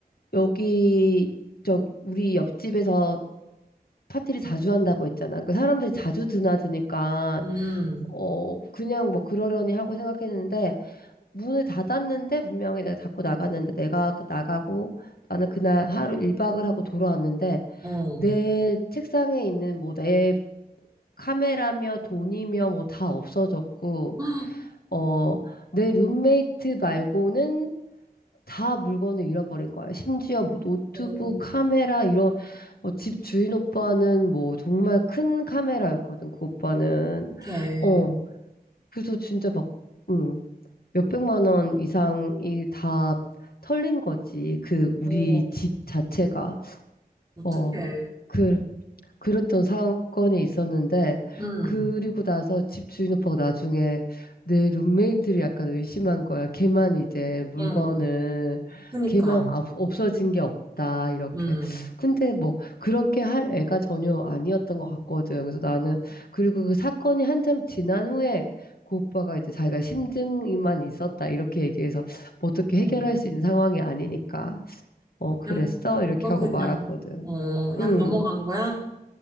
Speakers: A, on the left; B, on the right.
A: 여기, 저, 우리 옆집에서 파티를 자주 한다고 했잖아. 그 사람들이 자주 드나드니까
B: 음,
A: 어 그냥 뭐 그러려니 하고 생각했는데 문을 닫았는데 분명히 내가 닫고 나갔는데 내가 그 나가고 나는 그날 하루 일박을 하고 돌아왔는데
B: 어.
A: 내 책상에 있는 뭐 내 카메라며 돈이며 뭐 다 없어졌고
B: 헉,
A: 어 내 룸메이트 말고는 다 물건을 잃어버린 거예요. 심지어 뭐 노트북,
B: 어,
A: 카메라 이런 뭐 집 주인 오빠는 뭐 정말 큰 카메라였거든. 그 오빠는
B: 어떡해.
A: 어 그래서 진짜 막 음, 몇백만 원 이상이 다 털린 거지. 그 우리
B: 어,
A: 집 자체가
B: 어떡해.
A: 어그 그랬던 사건이 있었는데,
B: 음,
A: 그리고 나서 집 주인 오빠가 나중에 내 룸메이트를 약간 의심한 거야. 걔만 이제 물건을,
B: 어, 그니까.
A: 걔만 없- 없어진 게 없다, 이렇게.
B: 음,
A: 근데 뭐, 그렇게 할 애가 전혀 아니었던 것 같거든. 그래서 나는, 그리고 그 사건이 한참 지난 후에, 그 오빠가 이제 자기가 심증이만 있었다, 이렇게 얘기해서, 뭐 어떻게 해결할
B: 어,
A: 수 있는 상황이 아니니까, 어, 그랬어?
B: 그냥,
A: 이렇게
B: 그렇게
A: 하고
B: 그냥,
A: 말았거든.
B: 어, 그냥
A: 응.
B: 넘어간 거야?